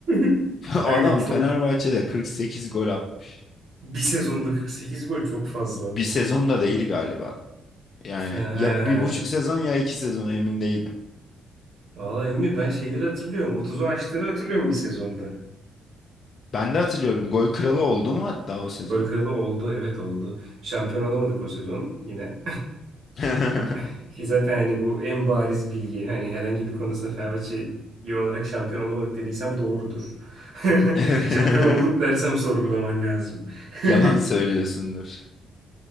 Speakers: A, on the right; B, on the left.
A: <laughs>
B: <laughs>
A: Kanka
B: Adam
A: çok
B: Fenerbahçe'de 48 gol atmış.
A: bir sezonda 48 gol çok fazla
B: Bir
A: oğlum.
B: sezonda değil galiba. Yani
A: Fe- he.
B: ya bir buçuk sezon ya iki sezon emin değilim.
A: Valla Emmi ben şeyleri hatırlıyorum. 30'u aştığını hatırlıyorum bir sezonda.
B: Ben de hatırlıyorum gol kralı oldu mu hatta o sezon?
A: Gol kralı oldu. Evet oldu. Şampiyon olamadık o sezon yine.
B: <laughs>
A: <laughs> Ki zaten hani bu en bariz bilgi. Hani herhangi bir konusunda Fenerbahçeli olarak şampiyon olamadık dediysem doğrudur. <laughs>
B: <laughs>
A: Şampiyon olduk dersem sorgulaman lazım. <laughs>
B: Yalan söylüyorsundur.